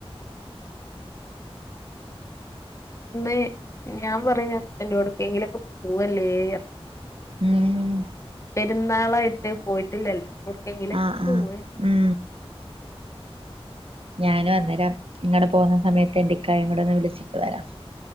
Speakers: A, on the left (about 30°); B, on the right (about 65°).
A: ഇന്ന് ഞാൻ പറഞ്ഞ് ഹസ്ബൻ്റോടേട്ക്കെങ്കിലൊക്കെ പൂവല്ലേ പറയാ
B: ഉം
A: പെരുന്നാളായിട്ട് പോയിട്ടില്ലല്ലോ അപ്പൊട്ക്കെങ്കിലും
B: ആ ആ
A: പൂവേനു
B: ഉം ഞാനും അന്നരം ഇങ്ങള് പോവ്‌ന്ന സമയത്ത് എന്റിക്കായേം കൂടെ ഒന്ന് വിളിച്ചിട്ട് വരാം